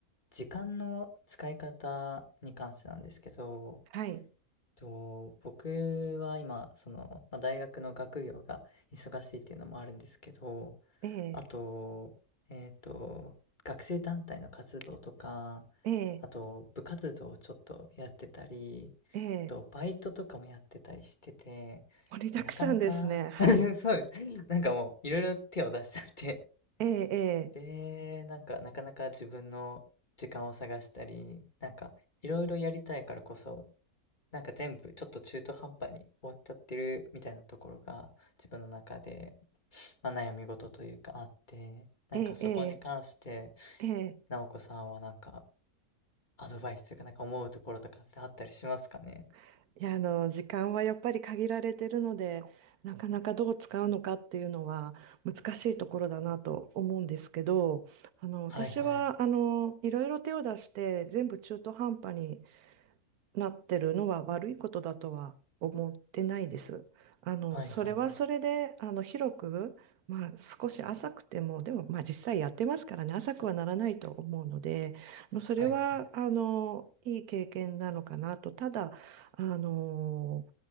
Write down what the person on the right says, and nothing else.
はい。
ええ、
ええ、
ええ、
盛りだくさんですね。
はい。
ええ、
ええ、ええ、ええ、ええ。
<laughs> いや、あの、時間はやっぱり限られてるので、なかなかどう使うのかっていうのは難しいところだなと思うんですけど、あの、私は、
あの、いろいろ手を出して全部中途半端になってるのは悪いことだとは思ってないです。あの、
それはそれで、あの、広く、まあ、少し浅くても、でも、まあ、実際やってますからね、浅くはならないと思うので、まあそれは、
あの、いい経験なのかなと。ただ、あの、